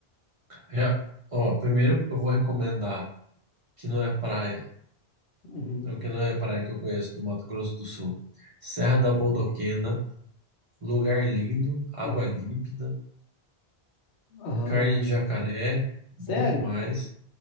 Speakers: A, on the right; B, on the left.
A: já, ó, primeiro eu vou recomendar que não é praia,
B: Uhum.
A: que não é praia que eu conheço do Mato Grosso do Sul. Serra da Bodoquena, lugar lindo, água
B: Aham.
A: límpida,
B: Aham.
A: carne de jacaré,
B: Sério?
A: bom demais.